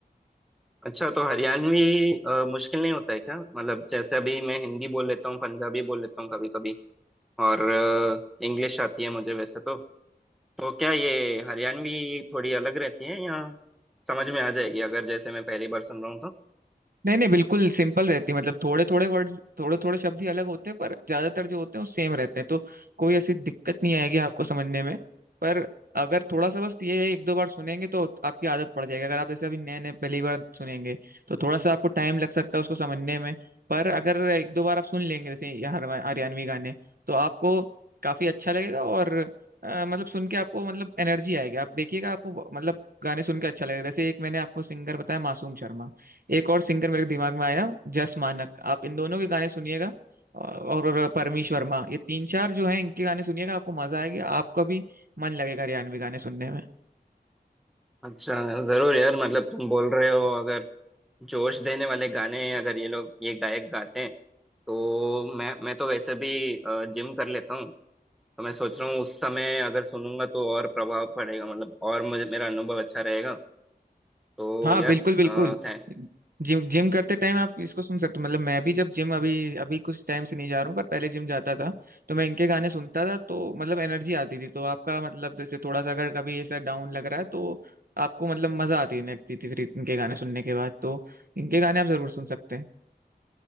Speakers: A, in the centre; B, on the right (about 65°).
A: अच्छा तो हरियाणवी अ, मुश्किल नहीं होता है क्या मतलब जैसे अभी मैं हिंदी बोल लेता हूँ पंजाबी बोल लेता हूँ कभी कभी और इंग्लिश आती है मुझे वैसे तो तो क्या ये हरियाणवी थोड़ी अलग रहती है या समझ में आ जाएगी अगर जैसे मैं पहली बार सुन रहा हूँ तो
B: नहीं नहीं बिल्कुल सिंपल रहती है मतलब थोड़े थोड़े वर्ड्स थोड़े थोड़े शब्द ही अलग होते हैं पर ज्यादातर जो होते हैं वो सेम रहते हैं तो कोई ऐसी दिक्कत नहीं आएगी आपको समझने में पर अगर थोड़ा सा बस ये है एक दो बार सुनेंगे तो आपकी आदत पड़ जाएगी अगर आप जैसे अभी नए नए पहली बार सुनेंगे तो थोड़ा सा आपको टाइम लग सकता है उसको समझने में पर अगर एक दो बार आप सुन लेंगे जैसे ये हर- हरियाणवी गाने तो आपको काफी अच्छा लगेगा और अ, मतलब सुन के आपको मतलब एनर्जी आएगी आप देखिएगा आपको मतलब गाने सुन के अच्छा लगेगा जैसे एक मैंने आपको सिंगर बताया मासूम शर्मा एक और सिंगर मेरे दिमाग में आया जस मानक आप इन दोनों के गाने सुनिएगा और परमीश वर्मा ये तीन चार जो हैं इनके गाने सुनिएगा आपको मजा आएगा आपका भी मन लगेगा हरियाणवी गाने सुनने में
A: अच्छा जरूर यार मतलब तुम बोल रहे हो अगर जोश देने वाले गाने अगर ये लोग ये गायक गाते हैं तो मैं मैं तो वैसे भी जिम कर लेता हूँ तो मैं सोच रहा हूँ उस समय अगर सुनूंगा तो और प्रभाव पड़ेगा मतलब और मुझे मेरा अनुभव अच्छा रहेगा तो
B: हाँ
A: यार
B: बिल्कुल बिल्कुल
A: अ, थैंक
B: जिम जिम करते टाइम आप इसको सुन सकते हो मतलब मैं भी जब जिम अभी अभी कुछ टाइम से नहीं जा रहा हूँ पर पहले जिम जाता था तो मैं इनके गाने सुनता था तो मतलब एनर्जी आती थी तो आपका मतलब जैसे थोड़ा सा अगर कभी ऐसा डाउन लग रहा है तो आपको मतलब मजा आती लगती थी फिर इनके गाने सुनने के बाद तो इनके गाने आप जरूर सुन सकते हैं